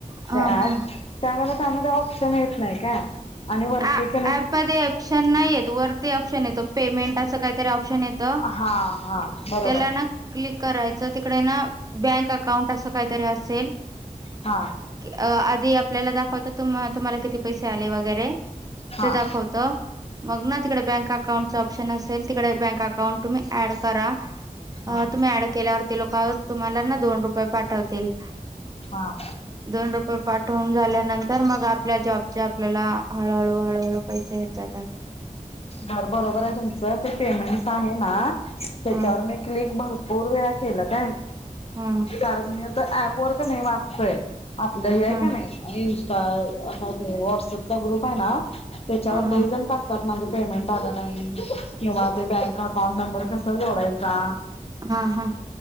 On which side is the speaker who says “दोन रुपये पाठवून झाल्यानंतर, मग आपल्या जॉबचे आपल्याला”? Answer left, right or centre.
Right